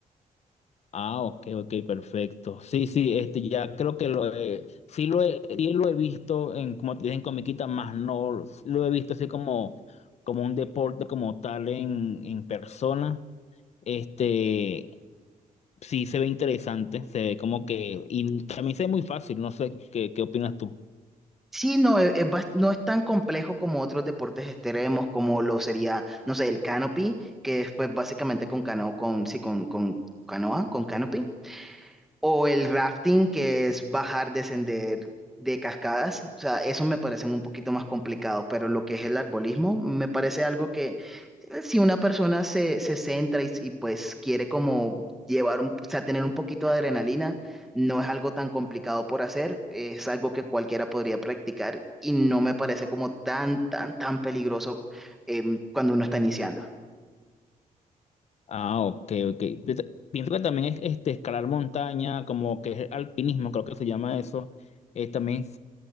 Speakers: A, on the left; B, in the centre.
A: Ah, ok, ok, perfecto. Sí, sí, este, ya creo que lo he, sí lo he, sí lo he visto en, como te dije, en comiquita, más no lo he visto así como, como un deporte como tal en, en persona. Este, sí se ve interesante, se ve como que, y también se ve muy fácil, no sé, ¿qué, qué opinas tú?
B: Sí, no, e- es, bas- no es tan complejo como otros deportes extremos, como lo sería, no sé, el canopy, que es pues básicamente con cano, con, sí, con, con canoa, con canopy. O el rafting, que es bajar, descender de cascadas. O sea, esos me parecen un poquito más complicados, pero lo que es el arbolismo me parece algo que eh, si una persona se, se centra y, y, pues quiere como llevar, un- o sea, tener un poquito de adrenalina, no es algo tan complicado por hacer, es algo que cualquiera podría practicar y no me parece como tan, tan, tan peligroso em, cuando uno está iniciando.
A: Ah, ok, ok. Yo te- Pienso que también es este, escalar montaña, como que es alpinismo, creo que se llama eso. eh, también es